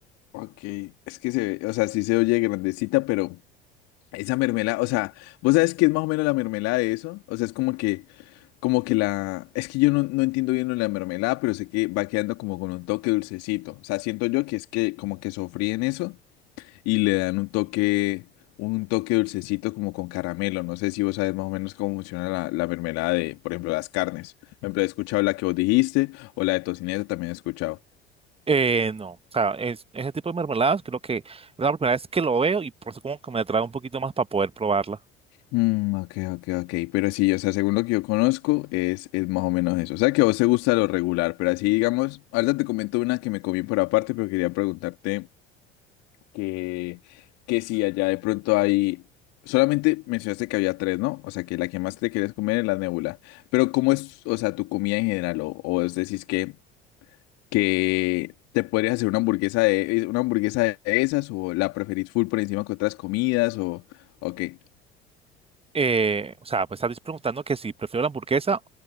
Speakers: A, on the left; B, on the right.
A: Ok, es que se ve, o sea, sí se oye grandecita, pero esa mermelada, o sea, ¿vos sabes qué es más o menos la mermelada de eso? O sea, es como que, como que la, es que yo no, no entiendo bien lo de la mermelada, pero sé que va quedando como con un toque dulcecito. O sea, siento yo que es que como que sofríen eso y le dan un toque, un toque dulcecito como con caramelo. No sé si vos sabes más o menos cómo funciona la, la mermelada de, por ejemplo, las carnes. Por ejemplo, he escuchado la que vos dijiste o la de tocineta también he escuchado.
B: Eh, no, o sea, es- ese tipo de mermeladas creo que es la primera vez que lo veo y por eso como que me atrae un poquito más para poder probarla.
A: Mm, ok, ok, ok. Pero sí, o sea, según lo que yo conozco, es, es más o menos eso. O sea, que a vos te gusta lo regular, pero así, digamos, ahorita te comento una que me comí por aparte, pero quería preguntarte. que, que sí, allá de pronto hay... Solamente mencionaste que había tres, ¿no? O sea, que la que más te quieres comer es la nebula. Pero ¿cómo es, o sea, tu comida en general? O, o es decir, que, que te podrías hacer una hamburguesa de, una hamburguesa de esas o la preferís full por encima que otras comidas o, o qué.
B: eh, o sea, pues estás preguntando que si prefiero la hamburguesa